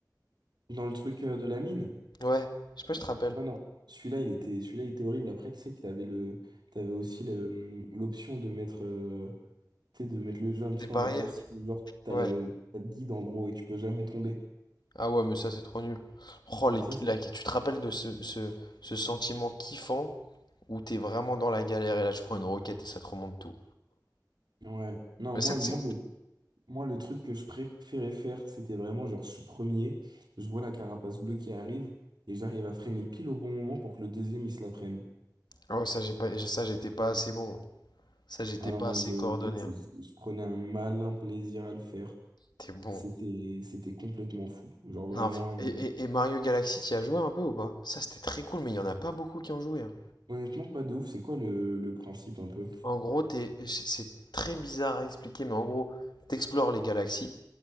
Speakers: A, on the right (about 90°); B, on the left (about 80°).
A: Dans le truc euh, de la mine.
B: Ouais, je sais pas, je te rappelle.
A: Ouais, non. Celui-là, il était, celui-là, il était horrible. Après, tu sais que t'avais le, t'avais aussi le, hum, l'option de mettre, euh, tu sais, de mettre le jeu un petit
B: Des
A: peu
B: barrières.
A: en mode facile. Genre, t'as
B: Ouais.
A: le, t'as le guide, en gros, et tu peux jamais tomber.
B: Ah ouais, mais ça, c'est trop nul. Oh, les-
A: Ça, c'est
B: la- tu te rappelles de ce, ce, ce sentiment kiffant où t'es vraiment dans la galère et là, tu prends une roquette et ça te remonte tout.
A: Ouais. Non,
B: Mais
A: moi,
B: ça, Ça,
A: moi,
B: tu sais-
A: le, moi, le truc que je préférais faire, c'était vraiment genre, je suis premier, je vois la carapace bleue qui arrive et j'arrive à freiner pile au bon moment pour que le deuxième, il se la prenne.
B: ah ouais, ça, j'ai pas, j'ai- ça, j'étais pas assez bon. Ça, j'étais
A: Ah non,
B: pas
A: moi,
B: assez
A: je
B: coordonné.
A: sais que c'est-
B: hein.
A: je prenais un malin plaisir à le faire.
B: T'es bon.
A: C'était, c'était complètement fou. Genre vraiment,
B: Non, fr- et,
A: euh,
B: et- et Mario Galaxy, t'y as joué un peu ou pas? Ça, c'était très cool, mais il y en a pas beaucoup qui ont joué. hein.
A: honnêtement, pas de ouf. C'est quoi le, le principe un peu?
B: En gros, t'es- c'est très bizarre à expliquer, mais en gros, t'explores les galaxies.